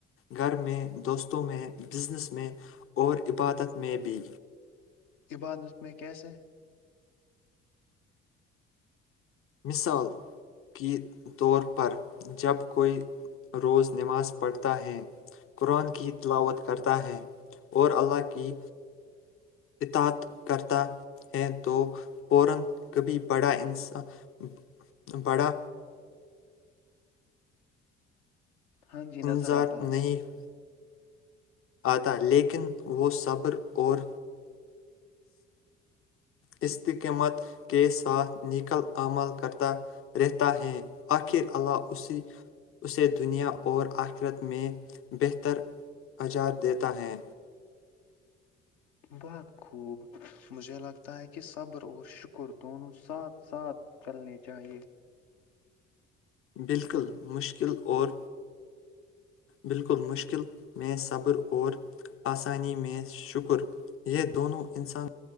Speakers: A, on the left; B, on the left.
A: گھر میں دوستوں میں بزنس میں اور عبادت میں بھی
B: عبادت میں کیسے
A: مثال کی طور پر جب کوئی روز نماز پڑھتا ہے قرآن کی تلاوت کرتا ہے اور اللہ کی اطات کرتا ہے تو فورن کبھی بڑا انسان بڑا
B: ہاں جی
A: انظار
B: نظر آتا ہے
A: نہیں آتا لیکن وہ صبر اور اس کے مت کے ساتھ نکل اعمال کردہ رہتا ہے اخر اللہ اسی اسے دنیا اور اخرت میں بہتر نجات دیتا ہے
B: بہت خوب، مجھے لگتا ہے کہ صبر اور شکر دونوں ساتھ ساتھ چلنے چاہیئے
A: بالکل مشکل اور بالکل مشکل میں صبر اور آسانی میں شکر یہ دونوں انسان